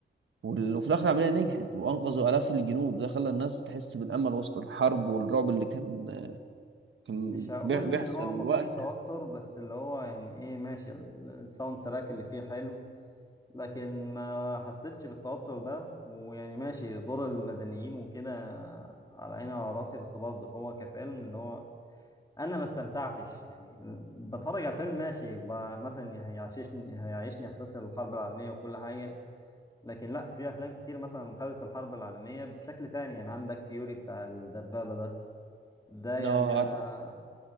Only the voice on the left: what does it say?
مش هقول
ان هو ما فيهوش
توتر بس اللي هو يعني ايه ماشي ال- الساوند تراك اللي فيه حلو لكن ما حسيتش بالتوتر ده ويعني ماشي دور المدنيين وكده على عيني وعلى راسي بس برضه هو كفيلم اللي هو انا ما استمتعتش يعني ال- بتفرج على الفيلم ماشي ب- مثلا هيعيشني هيعيشني احساس الحرب العالميه وكل حاجه لكن لا في افلام كتير مثلا خدت الحرب العالميه بشكل تاني يعني عندك فيوري بتاع الدبابه ده ده يعني
انا